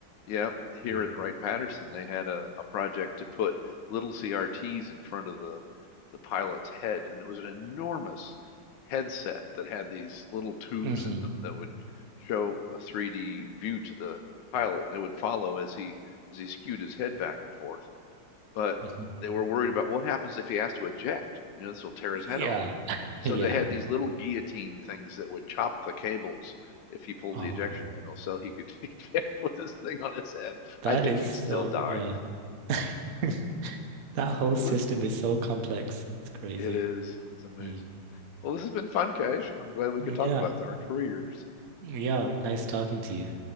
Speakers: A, on the left (about 75°); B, on the right (about 55°).
A: Yep, here
B: Mm.
A: at Wright-Patterson, they had a, a project to put little CRTs in front of the the pilot's head, and it was an enormous headset that had these little tubes
B: hmm
A: in them that would show a 3D view to the pilot, and they would follow as he as he skewed his head back and forth. But
B: hmm
A: they were worried about what happens if he has to eject. You know, this will tear
B: Yeah,
A: his head off.
B: <laughs>
A: So
B: yeah.
A: they had these little guillotine things that would chop the cables if he pulled
B: Oh,
A: the ejection handle, so he could <laughs> eject with this thing on his head.
B: that
A: I think
B: is
A: he'd
B: so,
A: still die.
B: yeah. <laughs> That whole
A: Well,
B: system
A: this,
B: is so complex. It's crazy.
A: it is. It's amazing.
B: Mm.
A: Well, this has been fun, Cash. I'm glad we
B: Yeah.
A: could talk about our careers.
B: Yeah, nice talking to you.